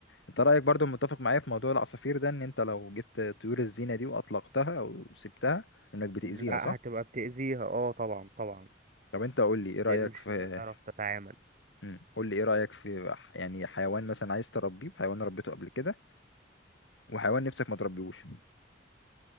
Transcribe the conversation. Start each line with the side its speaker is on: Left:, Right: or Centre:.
Left: انت رأيك برضه متفق معايا في موضوع العصافير ده ان انت لو جبت طيور الزينة دي واطلقتها او سبتها انك بتأذيها
Right: لا
Left: صح؟
Right: هتبقى بتأذيها اه طبعا طبعا
Left: طب انت قول لي ايه رأيك
Right: لان مش
Left: في
Right: هتعرف تتعامل
Left: مم. قول لي ايه رأيك في ح- يعني حيوان مثلا عايز تربيه وحيوان ربيته قبل كده وحيوان نفسك ما تربيهوش